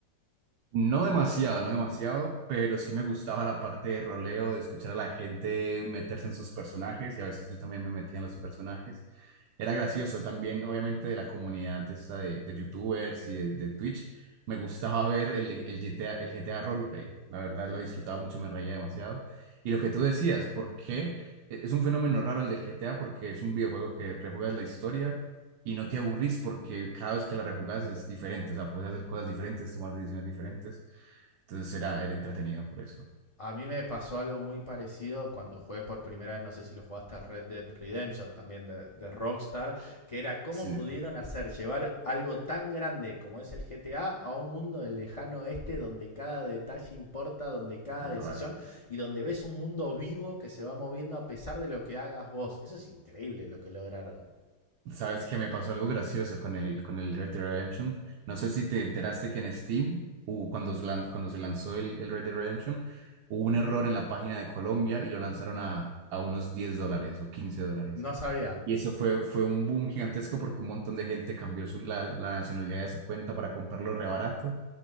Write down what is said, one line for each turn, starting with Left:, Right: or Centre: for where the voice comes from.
Right: No demasiado, no demasiado, pero sí me gustaba la parte de roleo, de escuchar a la gente meterse en sus personajes y a veces yo también me metía en los personajes. Era gracioso también, obviamente, de la comunidad esta de, de YouTubers y de, de Twitch. Me gustaba ver el, el GTA, el GTA Roleplay. La verdad lo disfrutaba mucho, me reía demasiado. Y lo que tú decías, ¿por qué? E- Es un fenómeno raro el del GTA porque es un videojuego que rejuegas la historia y no te aburrís porque cada vez que la rejugás es diferente, o sea, puedes hacer cosas diferentes, tomar decisiones diferentes. Entonces era, era entretenido por eso.
Left: A mí me pasó algo muy parecido cuando jugué por primera vez, no sé si lo jugaste al Red Dead Redemption, también de, de Rockstar, que era cómo
Right: Sí,
Left: pudieron hacer llevar algo tan grande como es el GTA a a un mundo del lejano oeste donde cada detalle importa, donde cada
Right: tal
Left: decisión
Right: cual.
Left: y donde ves un mundo vivo que se va moviendo a pesar de lo que hagas vos. Eso es increíble lo que lograron.
Right: ¿Sabes que me pasó algo gracioso con el, con el Red Dead Redemption? No sé si te enteraste que en Steam, u- cuando se, lan- cuando se lanzó el, el Red Dead Redemption, hubo un error en la página de Colombia y lo lanzaron a, a unos 10 dólares o 15 dólares.
Left: No sabía.
Right: Y eso fue, fue un boom gigantesco porque un montón de gente cambió su, la, la nacionalidad de su cuenta para comprarlo rebarato